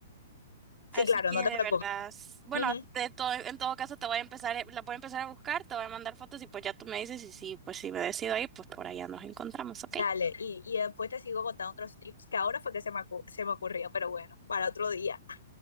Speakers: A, on the right; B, on the left.
A: así
B: Sí, claro,
A: que
B: no te
A: de
B: preocupes.
A: verdad, s- bueno,
B: Ujú.
A: de todo, en todo caso te voy a empezar, eh, la voy a empezar a buscar, te voy a mandar fotos y pues ya tú me dices y sí, pues si me decido ahí, pues por allá nos encontramos, ¿ok?
B: Dale, y, y después te sigo contando otros tips que ahora fue que se me, acu- se me ocurrió, pero bueno, para otro día.